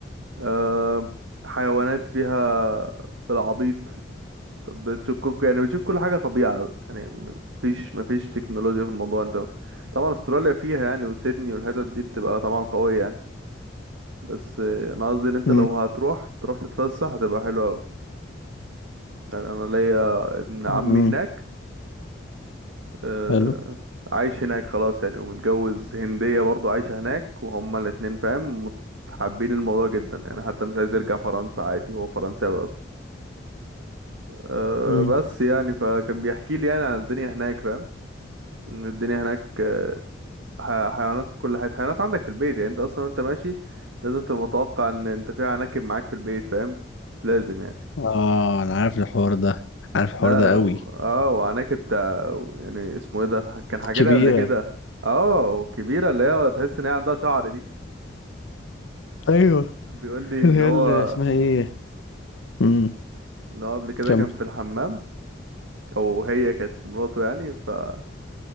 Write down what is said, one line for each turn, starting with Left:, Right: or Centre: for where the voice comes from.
Right: أه... حيوانات فيها بالعبيط طب بتشككوا يعني بتشوف كل حاجة طبيعة يعني مفيش مفيش تكنولوجيا في الموضوع انت طبعا استراليا فيها يعني وسيدني والحتت دي بتبقى طبعا قوية يعني بس آه، انا قصدي ان انت
Left: امم
Right: لو هتروح تروح تتفسح هتبقى حلوة اوي يعني انا ليا ابن عمي
Left: امم
Right: هناك آه،
Left: حلو
Right: عايش هناك خلاص يعني ومتجوز هندية برضو عايشة هناك وهما الاتنين فاهم مت- حابين الموضوع جدا يعني حتى مش عايز يرجع فرنسا عادي هو فرنساوي اصلا أه
Left: امم
Right: بس يعني فكان بيحكي لي يعني عن الدنيا هناك فاهم الدنيا هناك آه، ح- حيوانات في كل حتة حيوانات عندك في البيت يعني انت اصلا وانت ماشي لازم تبقى متوقع ان انت في عناكب معاك في البيت فاهم لازم يعني
Left: اه انا عارف الحوار ده عارف الحوار
Right: لا
Left: ده قوي
Right: و- اه وعناكب بتاع يعني اسمه ايه ده ح- كان حاجة
Left: كبيرة
Right: لي قبل كده اه كبيرة اللي هي تحس ان هي عندها شعر دي
Left: ايوه
Right: كان بيقول لي ان
Left: اللي هي
Right: هو
Left: اللي اسمها ايه امم
Right: ان هو قبل كده
Left: كمل
Right: كان في الحمام او هي كانت مراته يعني فبعد